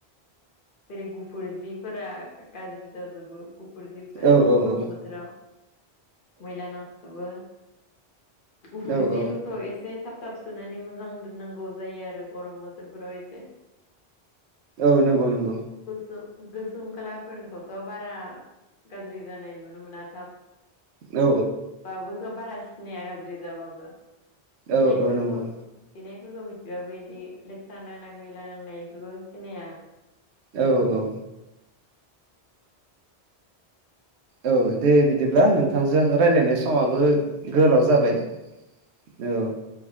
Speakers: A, on the left; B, on the right.
A: जेरै गुफुर जिफोरा गाज्रि जाजोबो गुफुर जिफोरालाथ'
B: औ औ
A: गरम
B: औ
A: बोथोराव मैला नांजोबो गुफुर
B: औ
A: जि
B: औ
A: फोरखौ एसे थाब थाब सुनानै मोजां दोननांगौ जायो आरो गरम बोथोरफोराव एसे
B: औ नंगौ नंगौ
A: गोसोम गोसोम खालार फोरखौथ' बारा गाज्रि जानाय नुनो मोना थाब
B: औ
A: बाबोखौ बारा सिनाया गाज्रि जाबाबो गनायफोरखौनाय
B: औ औ नंगौ
A: बेफोरखौ मिथिब बे इदि लेथ्रा नांनाय मैला नांनाय बेफोरखौ सिनाया
B: औ औ औ दे बिदिब्ला नोंथांजों रायज्लायनाय स समाबो गोलाव जाबाय
A: औ
B: औ